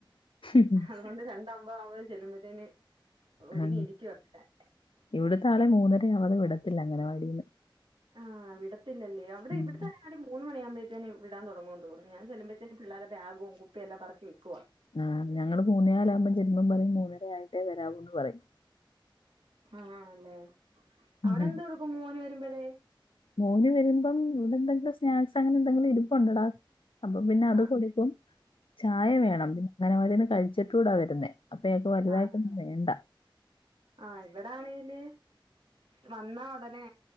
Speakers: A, on the left (about 80°); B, on the right (about 70°).
A: ഉം
B: അതൊണ്ട് രണ്ടമ്പതാവുമ്പതെ ചെല്ലുമ്പോത്തേന് ഒരുങ്ങി
A: ആ,
B: ഇരിക്കുവവിടെ
A: ഇവിടുത്തെ ആളെ മൂന്നരയാവാതെ വിടത്തില്ല അങ്ങനവാടിന്ന്
B: ആഹ് വിടത്തില്ലല്ലെ അവിടെ
A: ഉം.
B: ഇവിട്ത്തങ്ങനവാടി മൂന്ന് മണിയാകുമ്പോഴത്തേന് വിടാൻ തൊടങ്ങും അത് കൊണ്ട് ഞാൻ ചെല്ലുമ്പോയിത്തേന് പിള്ളേരെ ബാഗും കുപ്പിയെല്ലാം പറക്കിവെക്കുവാ
A: ആഹ് ഞങ്ങള് മൂന്നേകാലാകുമ്പോ ചെല്ലുമ്പം പറയും മൂന്നര ആയിട്ടേ വരാവൂന്ന് പറയും.
B: ആഹ് ആണല്ലേ അവിടെ
A: ഉം
B: എന്ത് കൊടുക്കും മോന് വരുമ്പഴേ
A: മോന് വരുമ്പം ഇവിടെ എന്തെങ്കിലും സ്നാക്സ് അങ്ങനെ എന്തെങ്കിലും ഇരുപ്പൊണ്ടെടാ അപ്പം പിന്നെ അത്
B: ആഹ്
A: കൊടുക്കും ചായ വേണം പിന്നെ അങ്ങനെവാടിന്ന് കഴിച്ചിട്ട് കൂടാ വരുന്നേ അപ്പ ഇയാക്ക് വലുതായിട്ട്
B: ആണല്ലേ
A: ഒന്നും വേണ്ട
B: ആഹ് ഇവിടാണെങ്കില് വന്നാ ഉടനെ